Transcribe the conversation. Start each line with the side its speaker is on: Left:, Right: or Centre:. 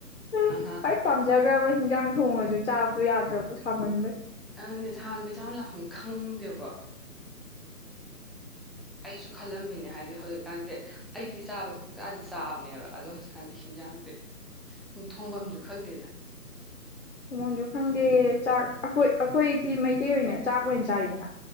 Left: ꯍꯝ
Centre: ꯑꯍꯥ
Left: ꯈꯥꯏ ꯄꯥꯝꯖꯔ ꯈ꯭ꯔꯕ ꯍꯤꯡꯖꯥꯡ ꯊꯣꯡꯉꯖꯨ ꯆꯥꯕꯗꯣ ꯌꯥꯗ꯭ꯔꯕꯗꯣ ꯁꯥꯃꯟꯕꯩ
Centre: ꯑꯧꯅꯦ ꯁꯥꯟ ꯕꯤꯁꯥꯎꯅ ꯂꯥꯛꯐꯝ ꯈꯪꯗꯦꯕꯀꯣ ꯑꯩꯁꯨ ꯈꯜꯂꯝꯃꯤꯅꯦ ꯍꯥꯏꯗꯤ ꯍꯧꯖꯤꯛꯀꯥꯟꯖꯦ ꯑꯩꯗꯤ ꯆꯥꯕꯖꯤ ꯄꯨꯡꯆꯥꯗ ꯆꯥꯕꯅꯦꯕ ꯑꯗꯣ ꯍꯧꯖꯤꯛꯀꯥꯟꯗꯤ ꯍꯤꯟꯖꯥꯡꯖꯦ ꯊꯣꯡꯕꯝꯖꯨ ꯈꯪꯗꯦꯗ
Left: ꯎꯃꯪꯁꯨ ꯈꯪꯗꯦ ꯆꯥꯛ ꯑꯈꯣꯏ ꯑꯈꯣꯏꯗꯤ ꯃꯩꯇꯩ ꯑꯣꯏꯅ ꯆꯥꯛ ꯑꯣꯏꯅ ꯆꯥꯏꯗꯅ